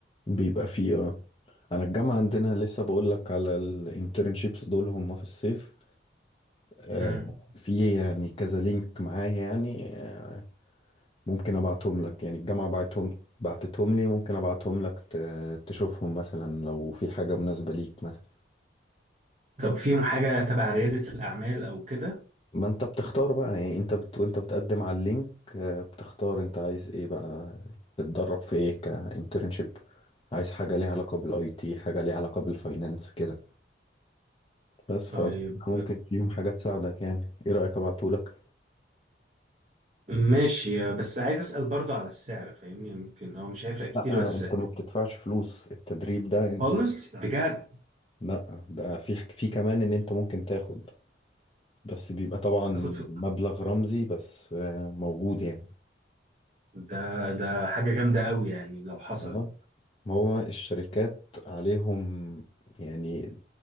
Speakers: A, on the left; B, on the right.
A: بيبقى فيه اه انا الجامعه عندنا لسه بقول لك على الانترنشيبس دول هم في الصيف آه،
B: مم.
A: في يعني كذا لينك معايا يعني آه، ممكن ابعتهم لك يعني الجامعه بعتهم بعتتهم لي ممكن ابعتهم لك ت- تشوفهم مثلا لو في حاجه مناسبه ليك مثلا
B: طب فيهم حاجة تبع ريادة الأعمال أو كده
A: ما انت بتختار بقى يعني انت بت... وانت بتقدم على اللينك آه، بتختار انت عايز ايه بقى تتدرب في ايه كانترنشيب عايز حاجه ليها علاقه بالاي تي حاجه ليها علاقه بالفاينانس كده بس فأظن
B: طيب
A: ممكن فيهم حاجة تساعدك يعني ايه رأيك ابعتهولك
B: ماشي بس عايز أسأل برضو على السعر فاهمني ممكن هو مش هيفرق كتير
A: لا
B: بس
A: آه، انت ما بتدفعش فلوس التدريب ده انت
B: خالص بجد
A: لا ده في حك- في كمان ان انت ممكن تاخد بس بيبقى طبعا
B: أخد في
A: مبلغ رمزي بس آه، موجود يعني
B: ده ده حاجة جامدة أوي يعني لو حصلت
A: آه. ما هو الشركات عليهم يعني